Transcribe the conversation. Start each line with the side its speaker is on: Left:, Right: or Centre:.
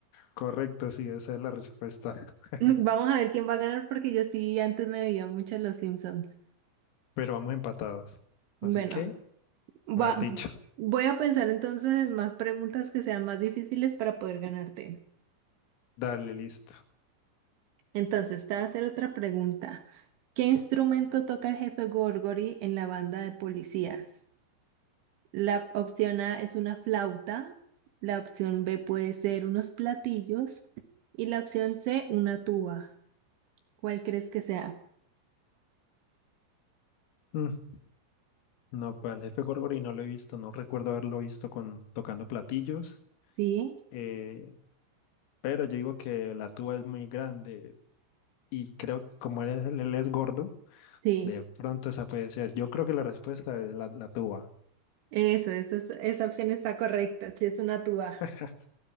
Left: correcto, sí, esa es la respuesta. <laughs>
Right: <laughs> Vamos a ver quién va a ganar porque yo sí antes me veía mucho Los Simpsons.
Left: Pero vamos empatados.
Right: Bueno,
Left: Así que,
Right: va,
Left: mejor dicho,
Right: voy a pensar entonces en más preguntas que sean más difíciles para poder ganarte.
Left: dale, listo.
Right: Entonces, te voy a hacer otra pregunta. ¿Qué instrumento toca el jefe Gorgory en la banda de policías? La opción A es una flauta, la opción B puede ser unos platillos y la opción C una tuba. ¿Cuál crees que sea?
Left: Mm, No, pues el jefe Gorgori no lo he visto, no recuerdo haberlo visto con tocando platillos,
Right: Sí,
Left: eh, pero yo digo que la tuba es muy grande y creo que como él, es él es gordo,
Right: sí,
Left: de pronto esa puede ser. Yo creo que la respuesta es la, la tuba.
Right: eso, eso es- esa opción está correcta, sí es una tuba.
Left: <laughs>